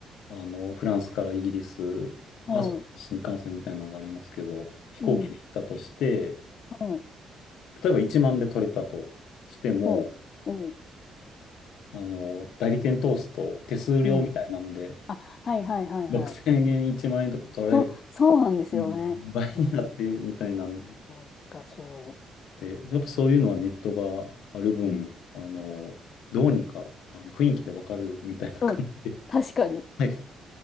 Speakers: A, on the left; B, on the left.
A: あの、フランスからイギリス、
B: はい、
A: あ、そう新幹線みたいなのがありますけど、飛行機で行ったとして、
B: うん、はい、
A: 例えば1万で取れたとしても、
B: うん、うん、
A: あの、代理店通すと手数料みたいなんで、
B: うん。あ、はいはいはいはい。
A: 6000円、1万円とか取られる、
B: そう、そうなんですよね。
A: もう倍になってみたいなん
B: うん、なんかそ
A: で、やっぱそういうのはネットがある分、
B: う。うん、
A: あの、どうにか、あの、雰囲気でわかるみたいな感じで、
B: うん、確かに。
A: はい、